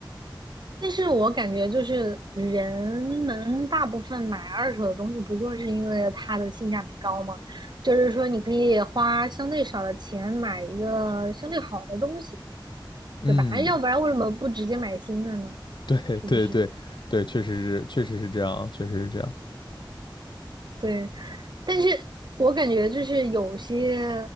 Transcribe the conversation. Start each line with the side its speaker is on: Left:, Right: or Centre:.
Right: 但是我感觉就是人们大部分买二手的东西，不就是因为它的性价比高吗？就是说你可以花相对少的钱买一个相对好的东西，
Left: 嗯，
Right: 对吧？要不然为什么不直接买新的呢？
Left: <laughs> 对对对对，
Right: 是不是？
Left: 确实是确实是这样啊，确实是这样。
Right: 对，但是我感觉就是有些，